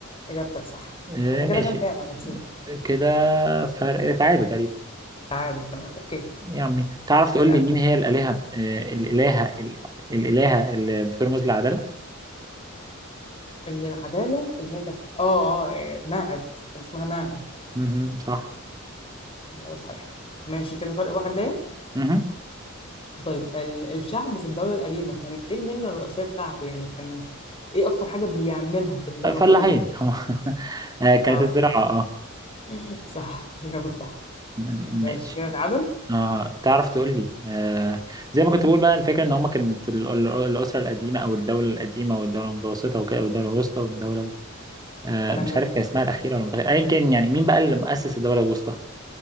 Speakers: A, on the left; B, on the right.
A: اجابتك صح
B: آه،
A: احنا
B: ماشي
A: كده كام كام انا نسيت
B: كده فرق تعادل تقريبا
A: تعادل تمام اوكي
B: يا عمي تعرف تقول
A: اسألني
B: لي مين هي الالهه آه، الالهه ال- الالهه اللي بترمز للعداله
A: اللي العدالة اللي هي كانت اه اه إيه، ماعد كان اسمها ماعد
B: مهم، صح
A: ايوه صحيح ماشي كده فرق واحد ليا
B: مهم.
A: طيب ال- الشعب في الدولة القديمة كانت إيه المهنة الرئيسية بتاعته يعني كان إيه أكتر حاجة بيعملها في الدولة
B: آه، فلاحين
A: القديمة؟
B: <laughs> هم آه، كانت
A: آه
B: الزراعه اه
A: <laughs> صح الإجابة الصح
B: م-
A: ماشي
B: ماشي
A: كده تعادل
B: اه تعرف تقول
A: ماشي.
B: لي آه زي ما كنت بقول بقى الفكره ان هم كانت ال- ال- الاسره القديمه او الدوله القديمه والدوله المتوسطه وكده والدوله الوسطى والدوله آه،
A: كلام
B: مش
A: جميل
B: عارف كان اسمها الأخيرة ولا متأخرة أيا كان يعني مين بقى اللي مؤسس
A: مم.
B: الدولة الوسطى؟